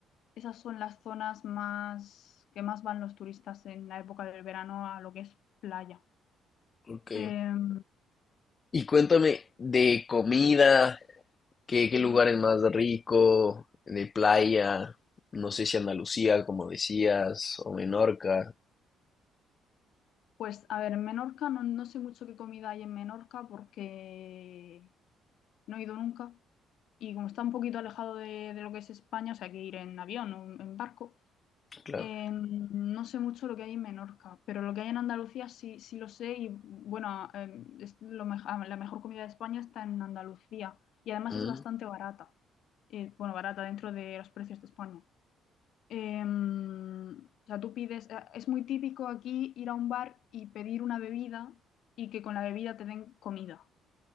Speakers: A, on the left (about 70°); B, on the left (about 30°).
A: Esas son las zonas más que más van los turistas en la época del verano a lo que es playa.
B: Ok.
A: Em,
B: Y cuéntame de comida. ¿Qué, qué
A: ujú.
B: lugar es más rico de playa? No sé si Andalucía, como decías, o Menorca,
A: Pues a ver, en Menorca no, no sé mucho qué comida hay en Menorca porque no he ido nunca. y como está un poquito alejado de, de lo que es España, o sea, hay que ir en avión o en barco.
B: claro.
A: Eh, no sé mucho lo que hay en Menorca, pero lo que hay en Andalucía sí, sí lo sé y bueno, eh, es lo me- ah, la mejor comida de España está en Andalucía y además
B: Mm,
A: es bastante barata, Eh, bueno, barata dentro de los precios de España. Eh, o sea, tú pides, eh, es muy típico aquí ir a un bar y pedir una bebida y que con la bebida te den comida.